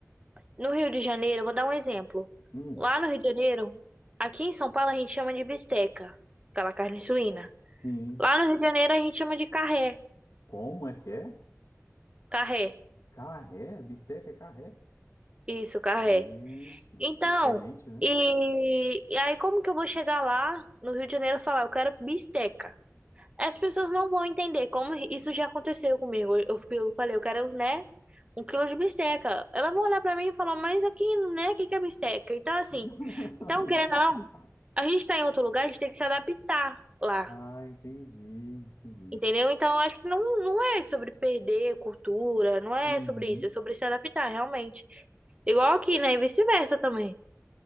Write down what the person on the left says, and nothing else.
hum,
sim.
Como é que é?
Carré? Bisteca é carré?
Gente,
diferente, né?
<laughs>
Ah, entendi, entendi.
Uhum.